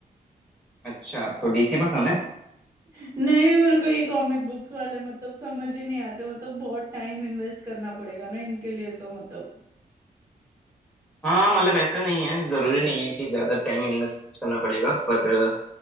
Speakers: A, in the centre; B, on the right (about 15°).
A: अच्छा तो डीसी पसंद है
B: <laughs> नहीं मेरे को ये कॉमिक बुक्स वाले मतलब समझ ही नहीं आते मतलब बहुत टाइम इन्वेस्ट करना पड़ेगा ना इनके लिए तो मतलब
A: हाँ मतलब ऐसा नहीं है जरूरी नहीं है कि ज्यादा टाइम इन्वेस्ट करना पड़ेगा पर अ,